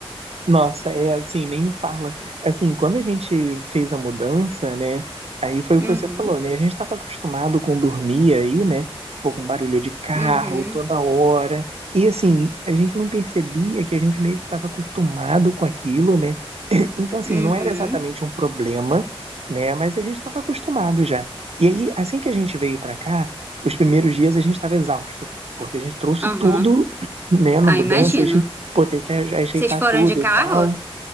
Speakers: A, on the right (about 85°); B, on the right (about 20°).
A: Nossa, é assim, nem fala. Assim, quando a gente fez a mudança, né? Aí foi
B: Uhum,
A: o que você falou, né? A gente estava acostumado com dormir aí, né? Tipo, com barulho de carro
B: uhum,
A: toda hora. E assim, a gente não percebia que a gente meio que estava acostumado com aquilo, né? <coughs> <clears throat> Então, assim,
B: uhum,
A: não era exatamente um problema, né? Mas a gente estava acostumado já. E aí, assim que a gente veio para cá, os primeiros dias a gente estava exausto, porque a gente trouxe
B: aham,
A: tudo, né, na
B: ah,
A: mudança
B: imagino.
A: pô, tem que aje- ajeitar
B: Vocês foram
A: tudo
B: de carro?
A: e tal.